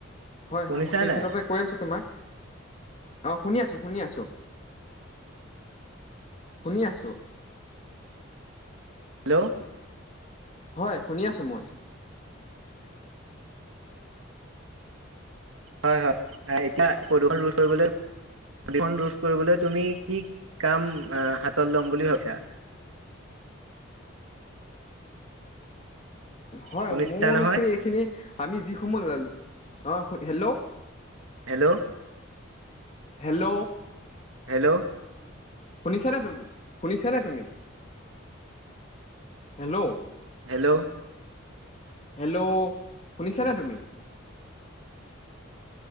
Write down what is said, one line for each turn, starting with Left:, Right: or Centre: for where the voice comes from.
Left: হয়
Right: শুনিছা
Left: হয় মই সেই
Right: নাই
Left: ক্ষেত্ৰতে কৈ আছোঁ তোমাক অ' শুনি আছোঁ শুনি আছোঁ। শুনি আছোঁ!
Right: হেল্ল'।
Left: হয়, শুনি আছোঁ মই।
Right: হয়, হয়, এতিয়া প্ৰদূষণ ৰোধ কৰিবলৈ প্ৰদূষণ ৰোধ কৰিবলৈ তুমি কি কাম আহ হাতত লম বুলি ভাবিছা?
Left: হয়,
Right: শুনিছা
Left: মোৰ অনুসৰি
Right: নহয়
Left: এইখিনি আমি যিসমূহ লেল অ' হেল্ল'।
Right: হেল্ল'।
Left: হেল্ল'।
Right: হেল্ল'।
Left: শুনিছানে তুমি শুনিছানে তুমি? হেল্ল'।
Right: হেল্ল'।
Left: হেল্ল' শুনিছনে তুমি?